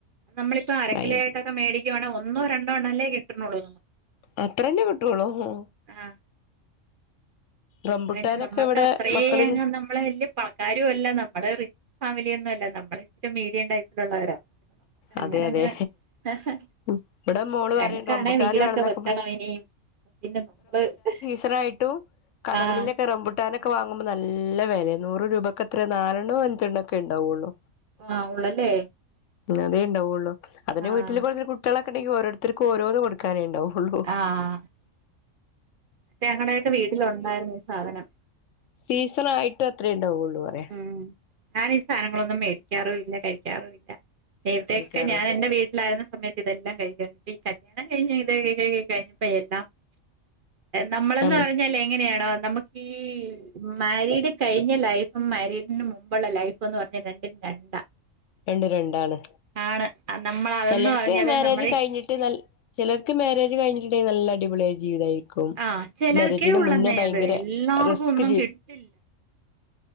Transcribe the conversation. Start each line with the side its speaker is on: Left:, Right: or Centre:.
Right: നമ്മളിപ്പോ അരക്കിലോയൊക്കെ
Left: ഭയ
Right: ക്ക മേടിക്കുവാണേൽ ഒന്നൊ രണ്ടോ എണ്ണം അല്ലേ കിട്ട്ണോള്ളൂ
Left: അത്രന്നേ കിട്ടൊള്ളു ഉം
Right: ആഹ്
Left: റംബുട്ടാനൊക്കെ
Right: പിന്നെ നമ്മൾക്ക്
Left: ഇവിടെ
Right: അത്രേം
Left: മക്കളിന്
Right: അങ്ങ് നമ്മള് വല്ല്യ പണക്കാരും അല്ല, നമ്മള് റി ഫാമിലിയൊന്നും അല്ല, നമ്മള് ഇച്ചിരി മീഡിയം ടൈപ്പിലുള്ളവരാ അങ്ങനങ്ങ്
Left: അതെ അതെ
Right: അഹ്
Left: ഇവിടെ മോള്
Right: ഞങ്ങക്കാണേ
Left: പറയും റംബുട്ടാന്
Right: വീടൊക്കെ
Left: വേണംന്നൊക്കെ
Right: വെക്കണം
Left: ഇപ്പൊ
Right: ഇനീം പിന്നെ <unintelligible>
Left: സണായിട്ടും കടകളിലൊക്കെ
Right: ആഹ്
Left: റമ്പൂ ട്ടാനൊക്കെ വാങ്ങുമ്പോ നല്ല വെലയാ, നൂറ് രൂപക്കെത്രയാ നാലെണ്ണോ അഞ്ചെണ്ണോ ക്കെണ്ടാവൊള്ളൂ
Right: ആഹ് ഉള്ളല്ലേ?
Left: അതേണ്ടാവൊള്ളു, അതന്നെ
Right: ആഹ്
Left: വീട്ടില് ഇത്പോലെ കുട്ട്യാളൊക്കണ്ടെങ്കില് ഓരോര്ത്തർക്കു ഓരോന്ന് കൊടു ക്കാനേണ്ടാവൊള്ളൂ
Right: ആഹ് ഞങ്ങടെയൊക്കെ വീട്ടില് ഒണ്ടായിരുന്നു ഈ സാധനം
Left: സീസണായിട്ട് അത്രേണ്ടാവൊള്ളൂ പറയാൻ
Right: ഉം ഞാൻ ഈ സാധനങ്ങളൊന്നും മേടിക്കാറുല്ല കഴിക്കാറുല്ല നേരത്തൊക്കെ
Left: കഴിക്കാറ്
Right: ഞാൻ എൻറെ വീട്ടിലായിരുന്ന സമയത്ത് ഇതെല്ലാം കഴിക്കുവായിരുന്നു പ്പ ഈ കല്യാണം കഴിഞ്ഞ് ഇത് കഴിഞ്ഞപ്പോ എല്ലാം നമ്മളന്ന്
Left: ഉം
Right: പറഞ്ഞാൽ എങ്ങനെയാണോ നമുക്ക് ഈ മാരിഡ് കഴിഞ്ഞ ലൈഫ് മരീഡിന് മുമ്പുള്ള ലൈഫ് ന്ന് പറഞ്ഞ രണ്ടും രണ്ടാ
Left: രണ്ട് രണ്ടാണ്
Right: ആണ് നമ്മൾ അതെന്ന്
Left: ചിലർക്ക്
Right: പറഞ്ഞാല്
Left: മാരേജ്
Right: നമ്മുടെ
Left: കഴിഞ്ഞി ട്ട് നൽ ചിലർക്ക് മാരേജ് കഴിഞ്ഞിട്ടുണ്ടെങ്കിൽ നല്ല അടിപൊളി ആയ ജീവിതമായിരി ക്കും
Right: ആ ചിലർക്കേ
Left: മരേജിന്
Right: ഉള്ളെന്നേ
Left: മുന്നേ ഭയങ്കര
Right: അത് എല്ലാവർക്കും
Left: റിസ്ക്
Right: ഒന്നും
Left: ജീ
Right: കിട്ടില്ല